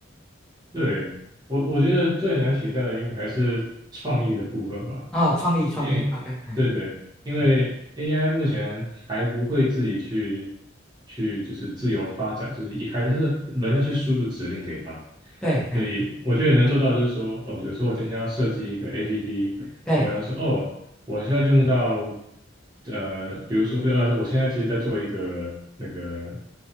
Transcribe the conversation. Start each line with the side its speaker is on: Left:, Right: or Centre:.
Right: 对，我我觉得最难取代的应该还是创意的部分吧，
Centre: 哦，创意创意，OK，
Right: 因为对对，
Centre: 嗯
Right: 因为
Centre: 嗯，
Right: AI 目前还不会自己去去就是自由发展，就是以还就是人要去输入指令给它，
Centre: 对，嗯
Right: 所以我觉得能做到就是说，哦，比如说我今天要设计一个 APP，
Centre: 对，
Right: 我跟他说，哦，我现在用到呃，比如说呃，我现在其实在做一个那个